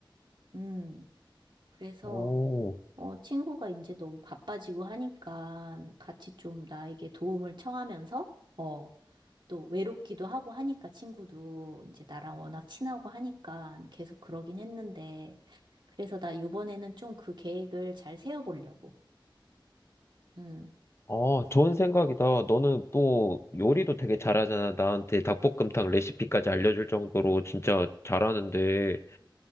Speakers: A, on the right; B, on the left.
A: 음, 그래서,
B: 오,
A: 어, 친구가 이제 너무 바빠지고 하니까 같이 좀 나에게 도움을 청하면서, 어, 또 외롭기도 하고 하니까 친구도 이제 나랑 워낙 친하고 하니까 계속 그러긴 했는데, 그래서 나 요번에는 좀 그 계획을 잘 세워보려고. 음.
B: 아, 좋은 생각이다. 너는 또 요리도 되게 잘하잖아. 나한테 닭볶음탕 레시피까지 알려줄 정도로 진짜 잘하는데,